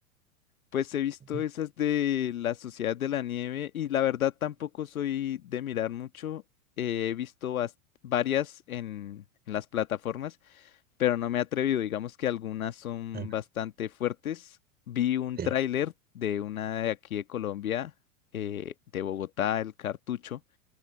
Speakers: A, on the left; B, on the right.
A: Pues he visto
B: Mm,
A: esas de la Sociedad de la Nieve y la verdad tampoco soy de mirar mucho. Eh, he visto bas- varias en, en las plataformas, pero no me he atrevido. Digamos que algunas son
B: mm,
A: bastante fuertes. Vi un
B: sí.
A: tráiler de una de aquí de Colombia, eh, de Bogotá, El Cartucho,